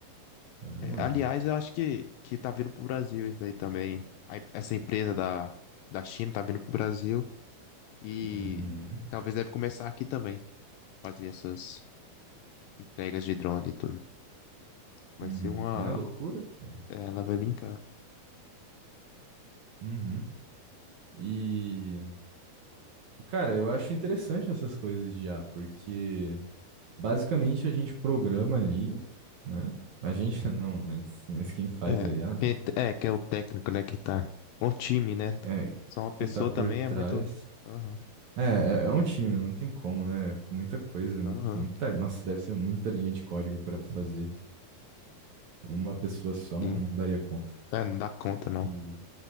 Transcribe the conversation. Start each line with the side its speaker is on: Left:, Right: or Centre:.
Right: Ah,
Left: É, aliás, eu acho que, que tá vindo pro Brasil isso aí também. A em- essa empresa da, da China tá vindo pro Brasil e
Right: uhum.
Left: talvez deve começar aqui também, fazer essas entregas de drone e tudo. Vai
Right: Uhum.
Left: ser uma...
Right: É loucura. cara.
Left: é, Ela vai brincar.
Right: Uhum. E, e, cara, eu acho interessante essas coisas de I A porque basicamente a gente programa ali, né? A gente <laughs> não, mas, mas quem faz
Left: É,
Right: a I A né?
Left: quem- é, que é o técnico, né, que tá... Um time, né?
Right: É,
Left: Só uma pessoa
Right: que tá por
Left: também
Right: trás.
Left: é muito... Aham,
Right: É, é, é um time, não tem como, né? Com muita coisa, mu-
Left: aham,
Right: muita, nossa, deve ser muita linha de código para fazer. Uma pessoa só não,
Left: sim.
Right: não daria conta.
Left: É, não dá conta, não.
Right: E,